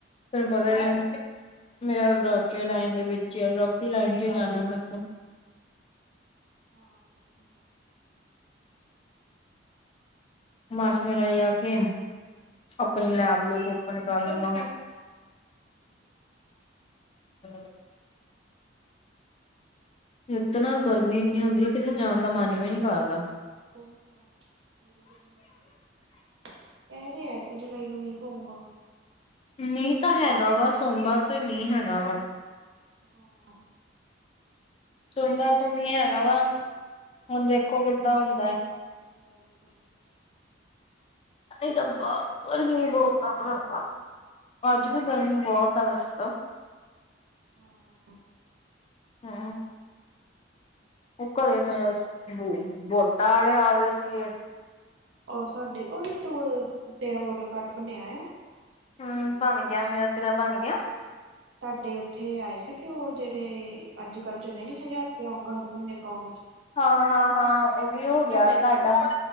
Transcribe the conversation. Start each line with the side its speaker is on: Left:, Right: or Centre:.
Left: ਤੈਨੂੰ ਪਤਾ ਹੀ ਆ ਮੇਰਾ ਡਾਕਟਰੀ ਲਾਈਨ ਦੇ ਵਿੱਚ ਯਾ ਡਾਕਟਰੀ ਲਾਈਨ'ਚ ਜਾਣਾ ਮੈਂ ਤਾ
Right: ਹਾਂ, ਸੱਚ ਪਤਾ ਹੁੰਦਾ।
Left: ਮਾਸ ਮੇਰਾ ਆ ਗੇਮ ਆਪਣੀ ਲੈਬ ਨੂੰ ਓਪਨ ਕਰ ਲਵਾਂ
Right: ਹੂੰ
Left: <inaudible> ਇੱਕ ਤਾਂ ਨਾ ਗਰਮੀ ਇੰਨੀ ਹੁੰਦੀ ਹੈ ਕਿਥੇ ਜਾਣ ਦਾ ਮਨ ਵੀ ਨੀ ਕਰਦਾ
Right: ਉਹੀ ਤਾਂ ਬੁਰੀ ਗ ਹੁੰਦੀ ਆ ਕਹਿਦੇ ਹੈ ਕਿ ਜੁਲਾਈ ਨੂੰ ਮਈ ਹੋਊਗਾ
Left: ਮੀਂਹ ਤਾਂ ਹੈਗਾ ਵਾ ਸੋਮਵਾਰ ਤੋਂ ਹੀ ਮੀਂਹ ਹੈਗਾ ਵਾ
Right: ਹਾ
Left: ਚਲੋ ਨਾ ਤਾ ਮੀ ਹੈਗਾ ਵਾ ਹੁਣ ਦੇਖੋ
Right: <inaudible>
Left: ਕਿੱਦਾਂ ਹੁੰਦਾ ਹੈ ਹਾਏ ਰੱਬਾ! ਗਰਮੀ ਬਹੁਤ ਆ ਭਰਾ। ਜਿਵੇ ਗਰਮੀ ਬਹੁਤ ਆ ਵੈਸੇ ਤਾ।
Right: ਹੂੰ।
Left: ਹੈ! ਉਹ ਘਰੇ ਮੇਰੇ ਵੋਟਾਂ ਆਲੇ ਆ ਗਏ ਸੀਗੇ।
Right: ਉਹ ਸਾਡੇ ਓਏ ਤੂੰ ਤੇਰਾ ਵੋਟਰ ਕਾਰਡ ਬਣਿਆ ਐ?
Left: ਹੂੰ ਬਣ ਗਿਆ ਮੇਰਾ ਤੇਰਾ ਬਣ ਗਿਆ?
Right: ਤੇ ਠਾਦੇ ਉੱਥੇ ਆਏ ਸੀ ਕਿ ਉਹ ਜਿਹੜੇ ਅੱਜ ਕੱਲ ਚੱਲਿਆ ਨੀ ਹਜ਼ਾਰ ਰੁਪਈਆ ਆਉਂਗਾ ਹਰ ਮਹੀਨੇ ਅਕਾਊਂਟ 'ਚ
Left: ਹਾਂ ਹਾਂ ਹਾਂ ਉਹ ਵੀ
Right: ਆਇਆ
Left: ਹੋ
Right: ਸੀ
Left: ਗਿਆ
Right: ਤੁਹਾਡੇ ਘਰ
Left: ਤੁਹਾਡਾ